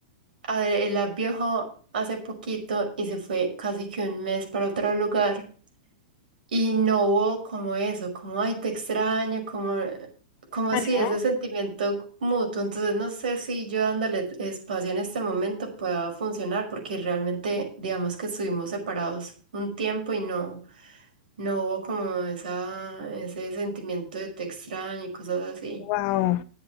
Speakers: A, on the right; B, on the left.
A: a ver, él viajó hace poquito y se fue casi que un mes para otro lugar. Y no hubo como eso, como, ay, te extraño, como, como
B: Ah,
A: si
B: ¿no?
A: ese sentimiento mutuo. Entonces no sé si yo dándole espacio en este momento pueda funcionar, porque realmente, digamos que estuvimos separados un tiempo y no, no hubo como esa, ese sentimiento de te extraño y cosas así.
B: Wow,